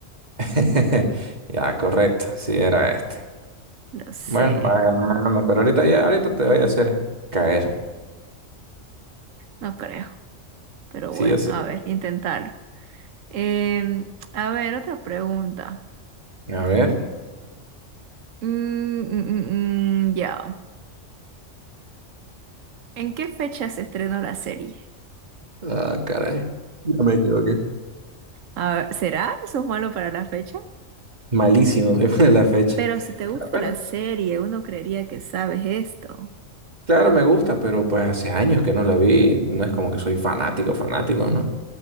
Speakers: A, on the right (about 35°); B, on the right (about 85°).
A: <laughs> Ya, correcto, sí era este.
B: Lo sé,
A: Bueno, va ganando, pero ahorita ya, ahorita te voy a hacer caer.
B: no creo. Pero
A: Sí
B: bueno,
A: o sí.
B: a ver, intentarlo. Em, a ver, otra pregunta.
A: A ver.
B: Mm, mm, mm, mm, ya. ¿En qué fecha se estrenó la serie?
A: Ah, caray. Ya me equivoqué.
B: Ah, ¿será eso es malo para la fecha?
A: Malísimo, soy <laughs> de la fecha.
B: Pero si te
A: Pero,
B: gusta
A: a ver,
B: la serie, uno creería que sabes esto.
A: claro, me gusta, pero pues hace años que no la vi. No es como que soy fanático, fanático, ¿no?